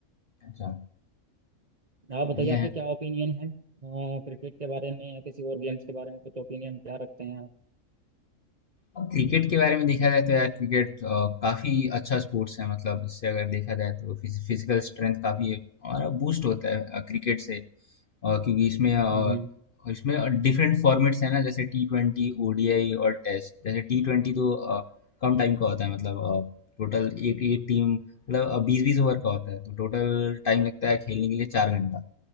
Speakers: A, on the left; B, on the right.
A: अच्छा
B: आप बताइए
A: बढ़िया
B: आपके
A: है
B: क्या ओपिनियन है क्रिकेट के बारे में या किसी और गेम्स के बारे में कुछ ओपिनियन क्या रखते हैं आप
A: अब क्रिकेट के बारे में देखा जाए तो यार क्रिकेट अ, काफी अच्छा स्पोर्ट्स है मतलब इससे अगर देखा जाए तो फिज, फिजिकल स्ट्रेंथ काफी हमारा बूस्ट होता है अ, क्रिकेट से अ, क्योंकि इसमें अ,
B: हम्म
A: इसमें डिफरेंट फॉर्मेट्स है ना जैसे टी ट्वेंटी ओडीआई और टेस्ट जैसे टी ट्वेंटी तो अ, कम टाइम का होता है मतलब टोटल एक एक टीम मतलब बीस बीस ओवर का होता है तो टोटल टाइम लगता है खेलने के लिए चार घंटा